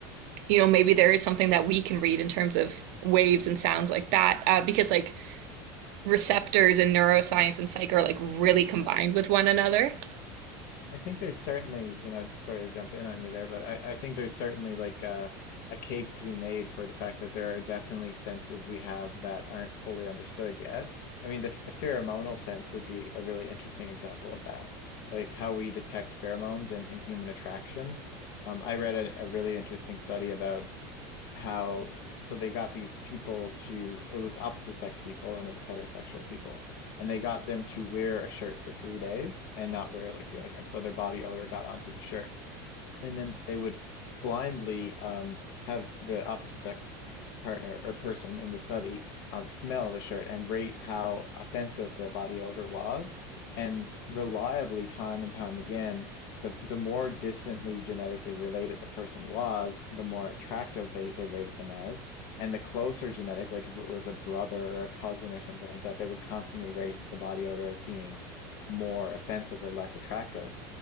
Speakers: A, on the right; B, on the left.
A: you know maybe there is something that we can read in terms of waves and sounds like that uh, because like receptors in neuroscience and psych are like really
B: yeah.
A: combined with one another.
B: I think there's certainly, you know, sorry to jump in on you there, but I, I think there's certainly like a, a case to be made for the fact that there are definitely senses we have that aren't fully understood yet. I mean, the, the pheromonal sense would be a really interesting example of that, like how we detect pheromones in, in human attraction. Um, I read a, a really interesting study about how so they got these people to it was opposite sex people and it was heterosexual people and they got them to wear a shirt for three days and not wear like deodorant so their body odor got onto the shirt and then they would blindly um, have the opposite sex partner or person in the study um, smell the shirt and rate how offensive the body odor was. And reliably, time and time again, the, the more distantly genetically related the person was, the more attractive they, they rated them as. And the closer genetic, like if it was a brother or a cousin or something like that, they would constantly rate the body odor as being more offensive or less attractive